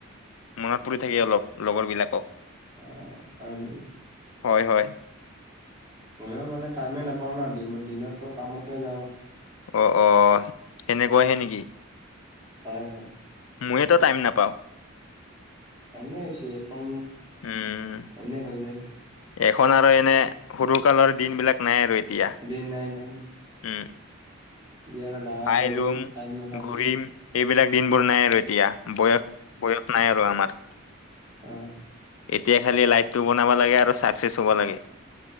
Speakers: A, on the left; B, on the right.
A: মনত পৰি থাকি অলপ লগৰবিলাকক।
B: অ হয় নকি?
A: হয় হয়।
B: ময়ো মানে টাইমে নাপাও ন দিন দিনততো কামতে যাওঁ।
A: অ অ সেনেকুৱাহে নেকি?
B: হয় হয়।
A: ময়েতো টাইম নাপাওঁ।
B: এনে হৈছে এখন
A: উম
B: এনে হৈ যায়।
A: এখন আৰু এনে সৰু কালৰ দিন বিলাক নাই আৰু। এতিয়া
B: দিন‌ নাই নাই।
A: উম
B: এতিয়া আৰু ডাঙৰ
A: খাই
B: হ'লো
A: লম
B: টাইম নোহোৱা হৈ
A: ঘূৰিম
B: যায়।
A: এইবিলাক দিনবোৰ নাই আৰু এতিয়া বয়স বয়স নাই আৰু আমাৰ।
B: অহ।
A: এতিয়া খালি লাইফটো বনাব লাগে আৰু ছাকচেছ হ'ব লাগে